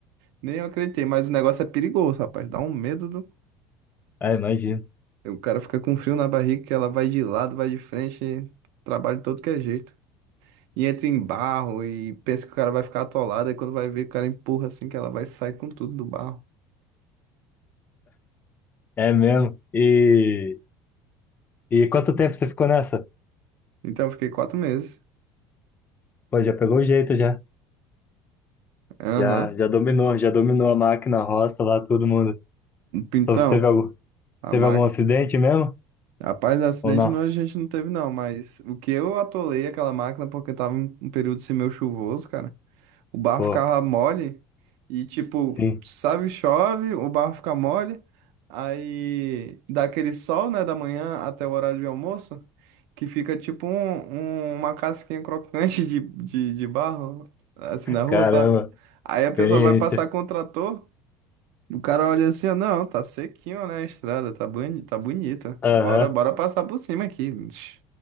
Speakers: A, on the right; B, on the left.
A: Nem eu acreditei, mas o negócio é perigoso, rapaz. Dá um medo do
B: Ah, imagino.
A: O cara fica com frio na barriga que ela vai de lado, vai de frente, trabalha de todo que é jeito. E entra em barro e pensa que o cara vai ficar atolado, e quando vai ver, o cara empurra assim que ela vai sair com tudo do barro.
B: É mesmo. E. E quanto tempo você ficou nessa?
A: Então eu fiquei quatro meses.
B: Pô, já pegou o jeito já.
A: Aham.
B: Já, já dominou, já dominou a máquina, a roça lá, todo mundo.
A: Então,
B: Só teve algum,
A: a
B: teve
A: máquina.
B: algum acidente mesmo?
A: Rapaz, acidente
B: Ou não?
A: não, a gente não teve, não, mas o que eu atolei aquela máquina porque tava um um período semeu chuvoso, cara. o barro
B: Pô,
A: ficava mole e tipo,
B: sim.
A: sabe, chove, o barro fica mole, aí dá aquele sol, né, da manhã até o horário de almoço, que fica tipo um, um- uma casquinha crocante de, de, de barro, assim, na rua,
B: Caramba,
A: sabe? Aí a
B: experiência.
A: pessoa vai passar com o trator. O cara olha assim, ó, não, tá sequinho, né, a estrada, tá boni, tá bonita.
B: Aham,
A: Bora, bora passar por cima aqui. <laughs> Tch,